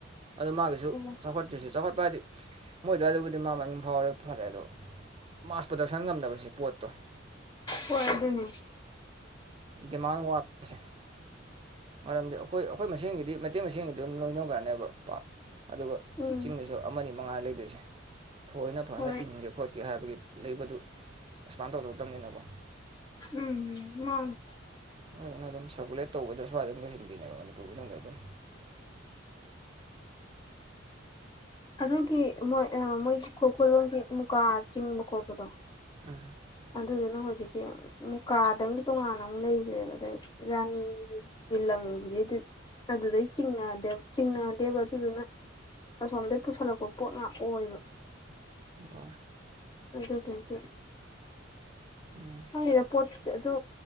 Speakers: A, on the right (about 30°); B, on the left (about 20°).
A: ꯑꯗꯨ ꯃꯥꯒꯤꯁꯨ
B: ꯎꯝ
A: ꯆꯥꯎꯈꯠꯇ꯭ꯔꯤꯁꯤ ꯆꯥꯎꯈꯠꯄ ꯍꯥꯏꯗꯤ ꯃꯣꯏ ꯑꯗ꯭ꯋꯥꯏꯗꯕꯨꯗꯤ ꯃꯥ ꯃꯃꯤꯡ ꯐꯥꯎꯔꯦ ꯐꯔꯦ ꯑꯗꯣ ꯃꯥꯁ ꯄ꯭ꯔꯗꯛꯁꯟ ꯉꯝꯗꯕꯁꯦ ꯄꯣꯠꯇꯣ
B: ꯍꯣꯏ ꯑꯗꯨꯅꯦ
A: ꯗꯤꯃꯥꯟ ꯋꯥꯠꯄꯁꯦ ꯃꯔꯝꯗꯤ ꯑꯩꯈꯣꯏ ꯑꯩꯈꯣꯏ ꯃꯁꯦꯟꯒꯤꯗꯤ ꯃꯩꯇꯩ ꯃꯁꯦꯡꯒꯤꯗꯤ ꯑꯗꯨꯝ ꯂꯣꯏꯅꯈ꯭ꯔꯅꯦꯕ ꯄꯥꯞ ꯑꯗꯨꯒ
B: ꯎꯝ
A: ꯆꯤꯡꯗꯁꯨ ꯑꯃꯅꯤ ꯃꯉꯥ ꯂꯩꯗꯣꯏꯁꯦ ꯊꯣꯏꯅ ꯐꯖꯅ
B: ꯍꯣꯏ
A: ꯏꯟꯒꯦ ꯈꯣꯠꯀꯦ ꯍꯥꯏꯕꯒꯤ ꯂꯩꯕꯗꯨ ꯑꯦꯁꯄꯥꯟ ꯇꯧꯊꯣꯛꯇꯕꯅꯤꯅꯀꯣ
B: ꯎꯝ ꯃꯥꯅꯦ
A: ꯑꯗꯨꯗꯨꯅ ꯑꯗꯨꯝ ꯁꯔꯀꯨꯂꯦꯠ ꯇꯧꯕꯗ ꯁ꯭ꯋꯥꯏꯗ ꯑꯗꯨꯝ ꯂꯣꯏꯁꯤꯟꯕꯤꯅꯦꯕ ꯃꯅꯤꯄꯨꯔ ꯃꯅꯨꯡꯗ ꯑꯗꯨꯝ
B: ꯑꯗꯨꯒꯤ ꯃꯣꯏ ꯑꯥ ꯃꯣꯏꯒꯤ ꯈꯨꯈꯨꯜꯂꯣꯒꯤ ꯃꯨꯒꯥꯥ ꯆꯤꯡꯕ ꯈꯣꯠꯄꯗꯣ
A: ꯎꯝ
B: ꯑꯗꯨꯗꯨꯅ ꯍꯧꯖꯤꯛꯀꯤ ꯃꯨꯀꯥꯗꯪꯒꯤ ꯇꯣꯉꯥꯟꯅ ꯑꯃꯨꯛ ꯂꯩꯒ꯭ꯔꯦꯕ ꯑꯗꯩ ꯔꯥꯅꯤ ꯒꯤ ꯂꯪꯒꯤꯗꯩꯗꯨꯠ ꯑꯗꯨꯗꯩ ꯆꯤꯡꯅꯗꯦ ꯆꯤꯡꯅꯗꯦꯕ ꯑꯗꯨꯗꯨꯅ ꯑꯁꯣꯝꯗꯪ ꯄꯨꯁꯜꯂꯛꯄ ꯄꯣꯠ ꯉꯥꯛ ꯑꯣꯏꯕ
A: ꯑꯣ
B: ꯑꯗꯨꯗꯨꯒꯤ
A: ꯎꯝ
B: ꯈꯪꯗꯦꯗ ꯄꯣꯠ ꯑꯗꯨ